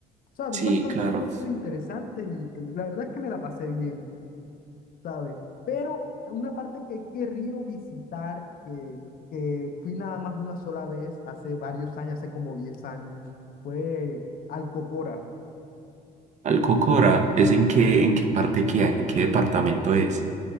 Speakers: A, on the left (about 60°); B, on the right (about 45°).
A: O sea, vi
B: Sí,
A: bastantes
B: claro.
A: cosas interesantes y t- la verdad es que me la pasé bien, ¿sabes? Pero una parte que he querido visitar, que, que fui nada más una sola vez hace varios años, hace como 10 años, fue al Cocora.
B: Alcocora, ¿es en qué, en qué parte queda? ¿En qué departamento es?